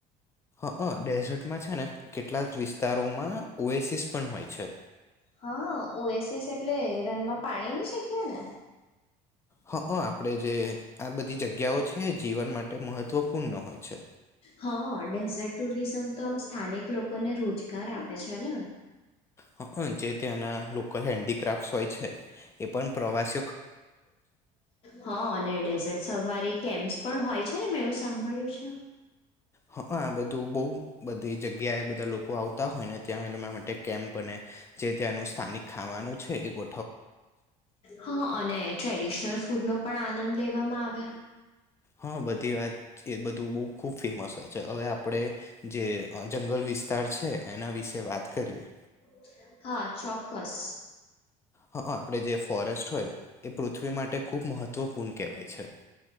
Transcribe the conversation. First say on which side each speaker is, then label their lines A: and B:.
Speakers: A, on the left; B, on the left.
A: અ ડેઝર્ટમાં છે ને, કેટલાક વિસ્તારોમાં ઓએસીસ પણ હોય છે.
B: હા ઓએસએસ એટલે રનમાં પાણી નહી સંખ્યા ને?
A: હ હ આપણે જે આ બધી જગ ગ્યાઓ છે. જીવન માટે મહત્ત્વપૂર્ણ હોય છે.
B: હા ડેઝર્ટ ટુરિઝમ તો આમ સ્થાનિક લોકોને રોજગાર આપે છે ને.
A: હ અ જે ત્યાંના લોકલ હેન્ડીક્રાફ્ટ હોય છે એ પણ પ્રવાસ
B: હા અને ડેઝર્ટ સફારી કેમ પણ હોય છે ને મેં એવું સાંભળ્યું છે?
A: હ અ બધું બહ બધી જગ્યા એ બધા લોકો આવતા હોય ને ત્યાં એરા માટે કેમ્પ અને જે ત્યાંનું સ્થાનિક ખાવાનું છે એ ગો
B: હા અને ટ્રેડિશનલ ફૂડ નો પણ આનંદ લે વામાં આવે
A: હા બધી વાત એ બધું બ ખુબ ફેમસ હોય છે હવે આપણે જે જંગલ વિસ્તાર છે. એના વિશે વાત કરીએ
B: <unintelligible> હા ચોક્કસ.
A: હઅ આપણે જે ફોરેસ્ટ હોય એ પૃ પૃથ્વી માટે ખૂબ મહત્વપૂર્ણ કહેવાય છે.